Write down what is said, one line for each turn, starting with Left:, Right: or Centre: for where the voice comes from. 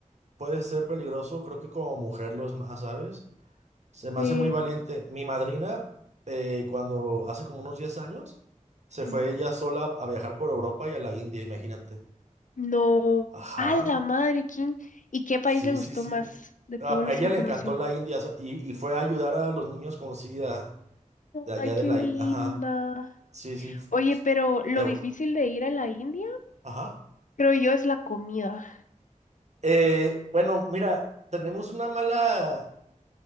Right: puede ser peligroso, creo que como mujer lo es más, ¿sabes? Se me
Left: Sí.
Right: hace muy valiente. Mi madrina, eh, cuando hace como unos 10 años, se fue
Left: Mm.
Right: ella sola a viajar por Europa y a la India, imagínate.
Left: No.
Right: Ajá,
Left: Ah, la madre, ¿quién? ¿Y qué país
Right: sí,
Left: le gustó
Right: sí, sí.
Left: más de
Right: A
Left: todos los
Right: a ella
Left: que
Right: le
Left: conoció?
Right: encantó la India sa- y, y fue a ayudar a los niños con SIDA de allá
Left: Ay, qué
Right: de la
Left: linda.
Right: India. Ajá, sí, sí. f-
Left: Oye, pero lo
Right: Ew,
Left: difícil de ir a la India,
Right: Ajá.
Left: creo yo, es la comida.
Right: Eh, bueno, mira, tenemos una mala